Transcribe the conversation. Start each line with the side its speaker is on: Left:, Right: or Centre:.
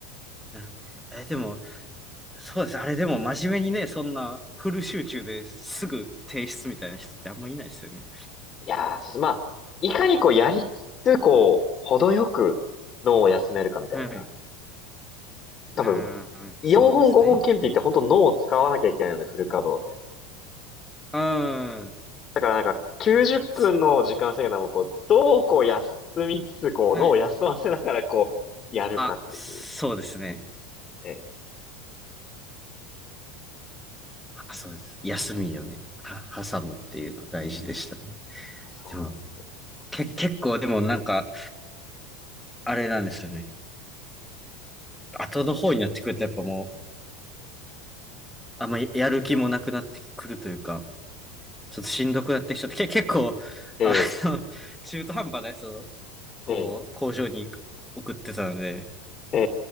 Centre: あえ、でも、そうです。あれでも真面目にね、そんなフル集中ですぐ提出みたいな人ってあんまいないですよね。
Left: いやー、そうす。まあ、いかにこうやりつつ、こう、程よく脳を休めるかみたいな。
Centre: はい。
Left: 多分、
Centre: あー、
Left: 4本5本検品って本当脳を使わなきゃいけないので、
Centre: そうですね。
Left: フル稼働で。
Centre: うん。
Left: だからなんか、90分の時間制限でもこう、
Centre: そ
Left: どうこう休みつつ、こう、
Centre: う。
Left: 脳を休ませながらこう、
Centre: はい。
Left: やるかっていう。
Centre: あ、そうですね。
Left: ええ、
Centre: あそうです。休みよね。は、
Left: うん
Centre: 挟むっていうのは大事でしたね。
Left: そうなんですよ。
Centre: でも、け、結構でもなんか、あれなんですよね。後の方になってくるとやっぱもう、あんまりやる気もなくなってくるというか、ちょっとしんどくなってきちゃって、け、結構、
Left: ええ、
Centre: あの、<laughs> 中途半端なやつを、こう、
Left: え
Centre: 工場に送ってたので、
Left: え、え